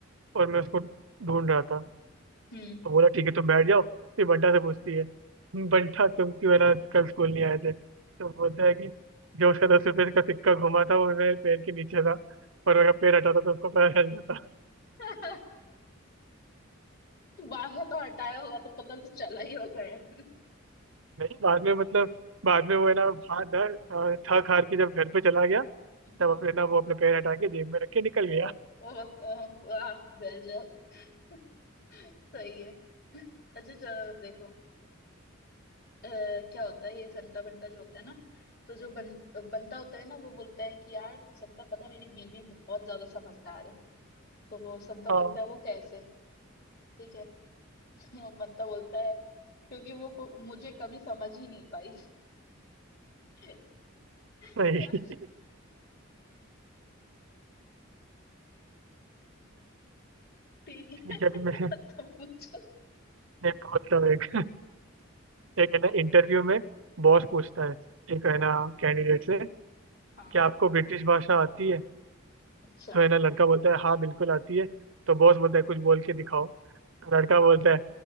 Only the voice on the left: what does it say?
हम्म
<laughs> बारह तो हटाया होगा तो पता तो चला ही होगा यार
हम्म
ओ ओ ओ वाह गजब सही है अच्छा चलो देखो अ, क्या होता है ये संता बंटा जो होता है ना तो जो बन, बंटा होता है ना वो बोलता है कि यार संता पता है, मेरी बीवी बहुत ज्यादा समझदार है तो वो संता
बोलता है वो कैसे ठीक है तो बंटा बोलता है क्योंकि वो को- मुझे कभी समझ ही नहीं पाई <laughs>
यार ठीक
है
तो पूछो
हाँ
अच्छा